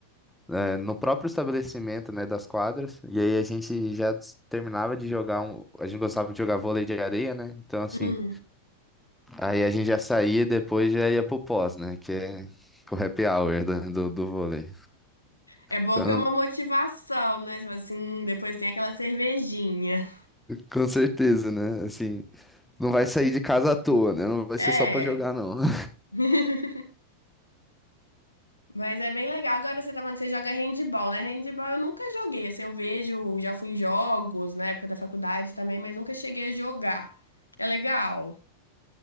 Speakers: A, in the centre; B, on the left (about 80°).
A: é, no próprio estabelecimento, né, das quadras. E aí a gente já s- terminava de jogar um, a gente gostava de jogar vôlei de areia, né? Então assim,
B: Hum. <laughs>
A: aí a gente já saía e depois já ia pro pós, né, que é o happy hour do, do, do vôlei.
B: É bom
A: Então,
B: que é uma motivação, né? Tipo assim, depois tem aquela cervejinha.
A: com certeza, né? Assim, não vai sair de casa à toa, né? Não vai
B: É,
A: ser só pra jogar, não. <laughs>
B: <laughs> mas é bem legal. Agora você tá falando que você joga handball, né? Handball eu nunca joguei. Assim, eu vejo, já fui em jogos na época da faculdade também, mas nunca cheguei a jogar. É legal.